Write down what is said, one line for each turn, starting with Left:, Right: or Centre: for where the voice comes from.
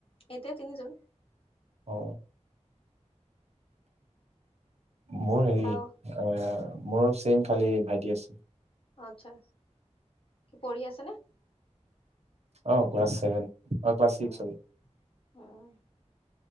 Left: এতিয়া তিনিজন
Right: অ। মোৰ হেৰি
Left: আৰু
Right: আ মোৰ ছেম খালি ভাইটি আছে।
Left: অ আচ্ছা। কি পঢ়ি আছেনে?
Right: অ, ক্লাচ ছেভেন। অ ক্লাছ চিক্স
Left: উম,
Right: হয়।
Left: উম,